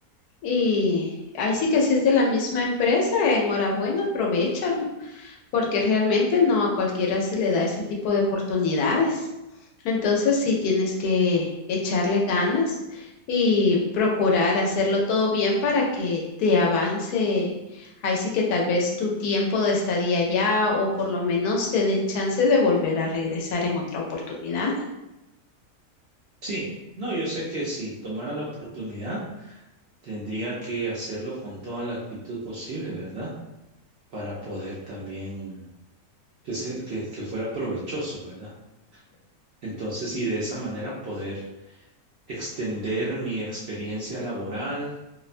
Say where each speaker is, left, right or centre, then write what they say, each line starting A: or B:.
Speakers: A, on the left; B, on the right.
A: Y ahí sí que si es de la misma empresa, enhorabuena, aprovechalo. porque realmente no a cualquiera se le da ese tipo de oportunidades. Entonces sí tienes que echarle ganas y procurar hacerlo todo bien para que te avance. Ahí sí que tal vez tu tiempo de estadía ya o por lo menos te den chance de volver a regresar en otra oportunidad.
B: sí, no, yo sé que si tomara la oportunidad, tendría que hacerlo con toda la actitud posible, ¿verdad? Para poder también que, se- que, que fuera provechoso, ¿verdad? Entonces, y de esa manera poder extender mi experiencia laboral